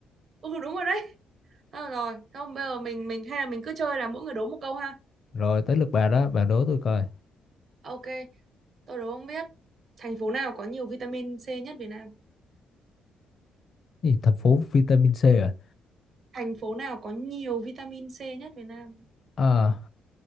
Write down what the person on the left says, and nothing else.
rồi tới lượt bà đó bà đố tôi coi
gì thành phố vitamin C à
à